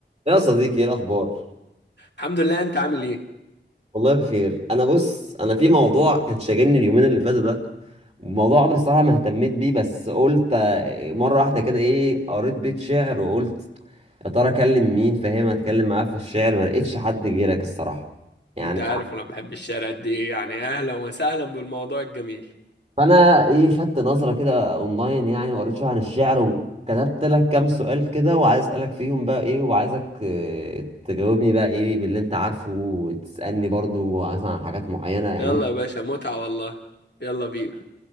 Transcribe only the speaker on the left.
الحمد لله انت عامل ايه
انت عارف انا بحب الشارع قد ايه يعني اهلا وسهلا بالموضوع الجميل
يلا يا باشا متعة والله يلا بينا